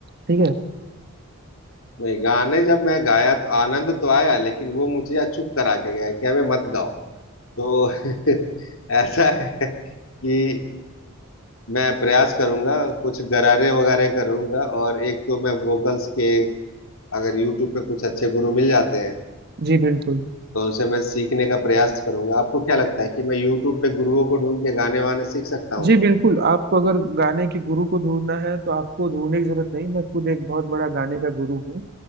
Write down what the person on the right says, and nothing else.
ठीक है
जी बिल्कुल
जी बिल्कुल आपको अगर गाने के गुरु को ढूंढना है तो आपको ढूंढने की जरूरत नहीं मैं खुद एक बहुत बड़ा गाने का गुरु हूँ